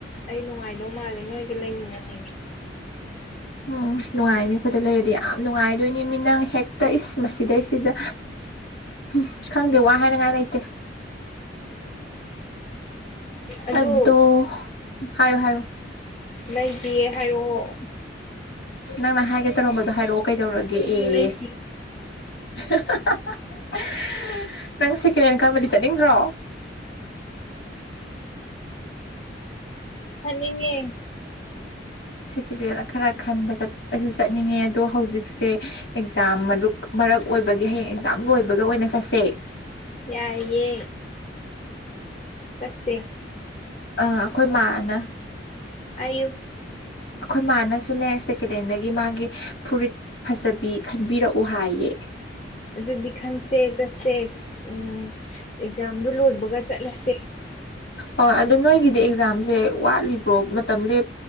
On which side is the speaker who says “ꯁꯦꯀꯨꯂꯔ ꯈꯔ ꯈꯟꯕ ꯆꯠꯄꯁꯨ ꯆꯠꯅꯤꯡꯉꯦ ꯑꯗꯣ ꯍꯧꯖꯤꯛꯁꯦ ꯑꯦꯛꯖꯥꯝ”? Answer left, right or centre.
Left